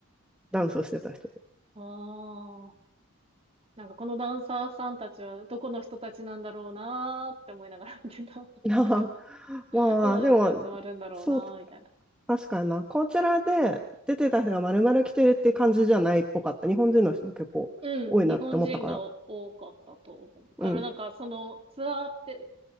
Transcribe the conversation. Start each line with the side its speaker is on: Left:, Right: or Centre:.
Centre: ダンスをしてた人で。
Right: あ、ああ。なんかこのダンサーさんたちはどこの人たちなんだろうなーって思いながら見てた。
Centre: <laughs>
Right: なんか、
Centre: まあ、
Right: どうやって集まるんだろうなーみたいな。
Centre: でも、そう、確かにな。こちらで出てた人が丸々来てるって感じじゃないっぽかった。日本人の人も結構多いなって思ったから。
Right: うん、日本人がお多かったと思うから、
Centre: うん。
Right: なんかそのツアーって